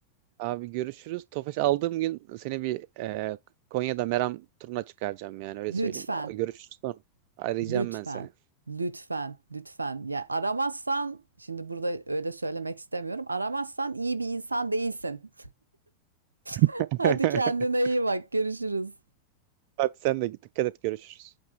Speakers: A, on the right; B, on the right.
A: Abi görüşürüz. Tofaş aldığım gün seni bir e, Konya'da Meram turuna çıkaracağım yani öyle
B: Lütfen.
A: söyleyeyim. O- Görüşürüz sonra. Arayacağım
B: Lütfen,
A: ben seni.
B: lütfen, lütfen. Yani aramazsan, şimdi burada öyle söylemek istemiyorum. Aramazsan iyi bir insan değilsin. <laughs>
A: <laughs>
B: Hadi kendine iyi bak. Görüşürüz.
A: Hadi sen de dikkat et görüşürüz.